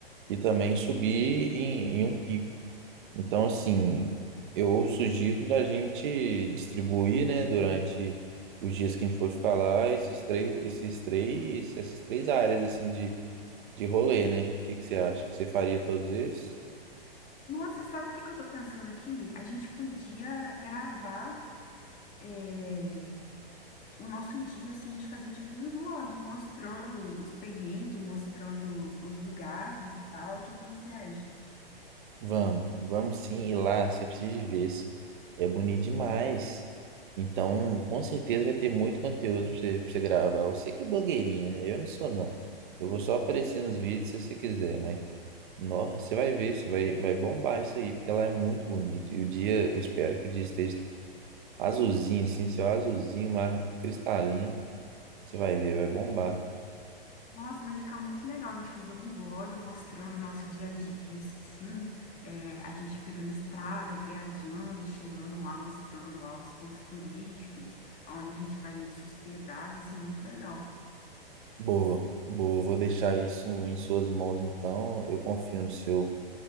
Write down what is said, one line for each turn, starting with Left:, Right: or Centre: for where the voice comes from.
Right: e também subir em, em um pico. Então, assim, eu sugiro da gente distribuir, né, durante os dias que a gente for ficar lá, esses três, esses três, essas três áreas, assim, de, de rolê, né? O que que você acha? Você faria todos esses
Left: Nossa, sabe o que que eu tô pensando aqui? A gente podia gravar é, o nosso dia, assim, de fazer tipo um vlog mostrando os perrengues, mostrando os lugares e tal. O que que você acha?
Right: Vamos, vamos sim ir lá, você precisa de ver isso. É bonito demais. Então, com certeza vai ter muito conteúdo pra você, pra você gravar. Você que é blogueirinha, né? Eu não sou, não. Eu vou só aparecer nos vídeos se você quiser, mas Nossa, você vai ver, você vai, vai bombar isso aí, porque ela é muito bonito. E o dia, eu espero que o dia esteja azulzinho, assim, seu azulzinho, mas cristalino. Você vai ver, vai bombar.
Left: Nossa, vai ficar muito legal a gente fazer um vlog mostrando o nosso dia a dia, assim, é, a gente pegando estrada, viajando, chegando lá, mostrando lá os pontos turísticos, onde a gente vai se hospedar, vai ser muito legal.
Right: Boa, boa. Vou deixar isso em suas mãos, então. Eu confio no seu